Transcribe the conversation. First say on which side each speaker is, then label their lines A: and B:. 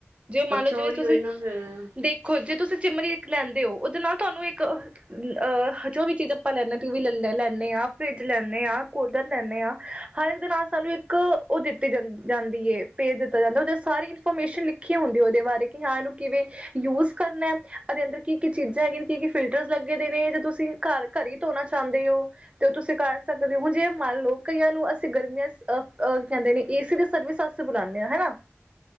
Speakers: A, on the right (about 25°); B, on the right (about 80°).
A: ਜੇਂ ਔ ਮੰਨ
B: ਅੱਛਾ
A: ਜਾਏ,
B: ਉਹੀ
A: ਤੁਸੀਂ
B: ਹੋਈ ਨਾ ਫਿਰ
A: ਦੇਖੋ ਜੇ ਤੁਸੀਂ ਚਿਮਰੀ ਇੱਕ ਲੈਂਦੇ ਹੋ ਉਹਦੇ ਨਾਲ ਤੁਹਾਨੂੰ ਇੱਕ ਅਹ ਜੋ ਵੀ ਚੀਜ਼ ਆਪਾਂ ਲੈਂਦੇ ਹਾਂ ਵੀ ਲ ਲੈਂਦੇ ਹਾਂ ਫਰਿਜ ਲੈਦੇ ਹਾਂ ਕੂਲਰ ਲੈਦੇ ਹਾਂ ਹਰ ਇੱਕ ਦੇ ਨਾਲ ਸਾਨੂੰ ਇੱਕ, ਉਹ ਦਿੱਤੀ ਜਾਂ ਜਾਂਦੀ ਏ। ਭੇਜ ਦਿੱਤਾ ਜਾਂਦਾ, ਉਹਦੇ ਸਾਰੀ ਫੋਰਮੇ ਲਿਖੀ ਹੁੰਦੀਓਦੇ ਬਾਰੇ ਕਿ ਹਾਂ ਇਹਨੂੰ ਕਿਵੇਂ ਯੂਜ ਕਰਨਾ ਐਦੇ ਅੰਦਰ ਕੀ ਕੀ ਚੀਜ਼ਾਂ ਹੈਗ ਕੀ ਕੀ ਫਿਲਟਰ ਲੱਗੇ ਨੇ ਜ ਤੁਸੀਂ ਘਰ ਘਰ ਹੀ ਧੋਣਾ ਚਾਹੁੰਦੇ ਹੋ ਤੇ ਉਹ ਤੁਸੀਂ ਕਰ ਸਕਦੇ ਹੋ ਹੁਣ ਜੇ ਮੰਨ ਲਓ ਕਈਆਂ ਨੂੰ ਅਸੀਂ ਗਰਮੀਆਂ ਅਹ ਕਹਿੰਦੇ ਨੇ, ਏ ਸੀ ਦੀ ਸਰਵਿਸ ਵਾਸਤੇ ਬੁਲਾਉਂਦੇ ਆਂ ਹੈਨਾ।